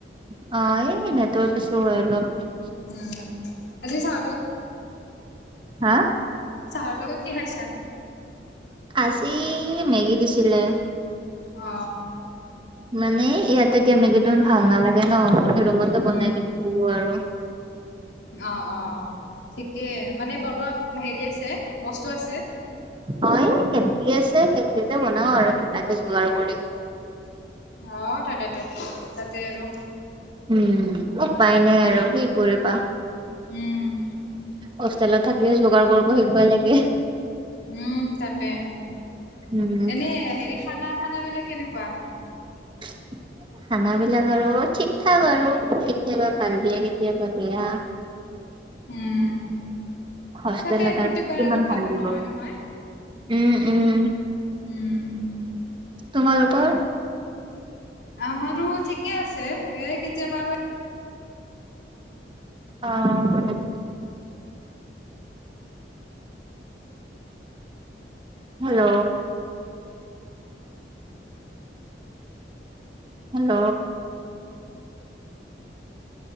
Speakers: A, on the right; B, on the left.
A: অ, এই নেটৱৰ্কৰ ইচো হয় অলপ।
B: উম, আজি চাহৰ লগত
A: হা,
B: চাহৰ লগত কি খাইছা।
A: আজি মেগী দিছিলে।
B: অ,
A: মানে ইয়াতে দিয়া মেগীটো ভাল নালাগে ন আ, ৰুমতে
B: উম।
A: বনাই কিনে খালো আৰু।
B: অ, অ, ঠিকে মানে বনোৱা হেৰি আছে। বস্তু আছে।
A: হয়, কেটলি আছে কেটলিতে বনাও আৰু কিবাকে যোগাৰ কৰি।
B: অ, তাকেতো তাতে আৰু।
A: উম, উপায় নাই আৰু কি কৰিবা।
B: উম,
A: হোষ্টেলত থাকিলে যোগাৰ কৰিব শিকিবই লাগে।
B: উম, তাকে
A: উম
B: এনে হেৰি খানা, খানা বিলাক কেনেকুৱা।
A: <inaudible> খানাবিলাক আৰু ঠিক ঠাক আৰু কেতিয়াবা ভাল দিয়ে কেতিয়াবা বেয়া।
B: উম,
A: হোষ্টেলত
B: তাকে প্ৰত্যেকবাৰেই
A: কিমান
B: আৰু
A: ভাল
B: ভালো
A: দিব
B: নহয় নহয়।
A: উম, উম,
B: উম,
A: তোমালোকৰ?
B: আমাৰো ঠিকে আছে এ, কেতিয়াবা আৰু।
A: অ'। হেল্ল'। হেল্ল'।